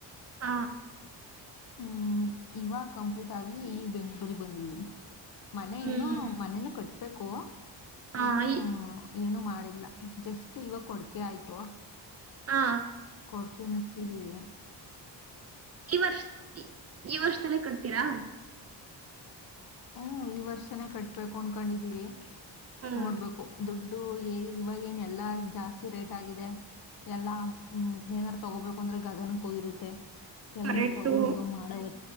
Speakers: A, on the right; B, on the left.
A: ಹ.
B: ಹ್ಮ್ ಇವಾಗ ಕಂಪ್ಲೀಟ್ ಆಗಿ ಈ ಬೆಂಗ್ಗಳೂರಿಗೆ ಬಂದಿದ್ದೀನಿ. ಮನೆ
A: ಹ್ಮ್
B: ಇನ್ನುೂ ಮನೇನು ಕಟ್. ಬೇಕು.
A: ಹಾ
B: ಇನ್ನುೂ
A: ಈ
B: ಏನು ಮಾಡಿಲ್ಲ ಜಸ್ಟ್ ಇವಾಗ ಕೊಡ್ಕೆ ಆಯ್ತು.
A: ಹಾ
B: ಕೊಡ್ಕೆ ಮುಗಸಿದೀವಿ.
A: ಈ ವರ್ಷ ಈ ವರ್ಷ. ಇಷ್ಟ್ರಲ್ಲೇ ಕಡ್ತೀರಾ.
B: ಹ್ಮ್ ಈ ವರ್ಷನೇ ಕಟ್ಬೇಕು ಅನ್ಕೊಂಡಿದ್ದೀವಿ.
A: ಹ್ಮ್
B: ನೋಡ್ಬೇಕು ದುಡ್ಡು ಹೇಗೆ ಇವಾಗ ಎನ್. ಎಲ್ಲಾ ಜಾಸ್ತಿ ರೇಟ್ ಆಗಿದೆ ಎಲ್ಲಾ ಏನಾರು ತಗೋಬೇಕು ಅಂದ್ರೆ ಗಗನಕ್ಕೂಗಿರುತ್ತೆ. ಎಲ್ಲಾನ
A: ಕರೆಂಟು
B: ತಗೊಂಡು ಮಾಡವ.